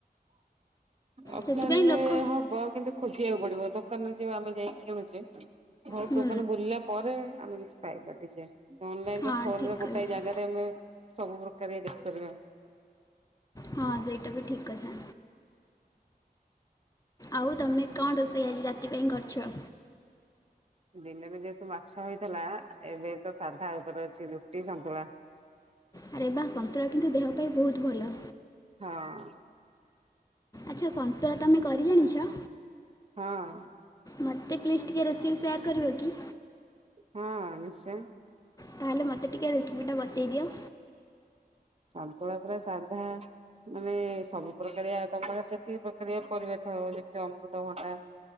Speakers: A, on the right (about 40°); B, on the left (about 20°).
A: ଅଫଲାଇନ
B: ସେଥିପାଇଁ
A: ରେ
B: ଲୋକ
A: ହବ କିନ୍ତୁ ଖୋଜିବାକୁ ପଡିବ ତ। ଦୋକାନ ଯ ଆମେ ଯାଇକି କିଣୁଛେ ବହୁତ
B: ହୁଁ,
A: ଦୋକାନ ବୁଲିଲା ପରେ। ଆମେ କିଛି ପାଇବା। <unintelligible>
B: ହଁ
A: ଫୋଲରେ
B: ଠିକ୍ କହିଚ।
A: ଗୋଟାଏ ଜାଗାରେ ଆମେ ସବୁ ପ୍ରକାର ଦେଖିପାରିବା।
B: ହଁ ସେଇଟା ବି ଠିକ କଥା ଆଉ ତମେ। କଣ ରୋଷେଇ ଆଜି ରାତି ପାଇଁ କରିଛ।
A: ଦିନରେ ଯେହେତୁ ମାଛ ହେଇଥେଲା ଏବେ ତ ସାଧା ଉପରେ ଅଛି ରୁଟି ସନ୍ତୁଳା।
B: ଆରେ ବା ସନ୍ତଳା କିନ୍ତୁ ଦେହ ପାଇଁ ବହୁତ ଭଲ।
A: ହଁ।
B: ଆଚ୍ଛା ସନ୍ତୁଳା ତମେ କରି ଜାଣିଛ।
A: ହଁ।
B: ମୋତେ ପ୍ଲିଜ୍ ଟିକେ ରେସିପି ସେୟାର୍ କରିବ କି।
A: ହଁ ନିଶ୍ଚୟ।
B: ତାହେଲେ ମତେ ଟିକେ ରେସିପି ଟା ବତେଇ ଦିଅ।
A: ସନ୍ତୁଳା ପୁରା ସାଧା ମାନେ ସବୁ ପ୍ରକାରିଆ ତମ ପା ଯେତି ପ୍ରକାରିଆ ପରିବା ଥାଉ ଯେତେ ଅମୃତଭଣ୍ଡା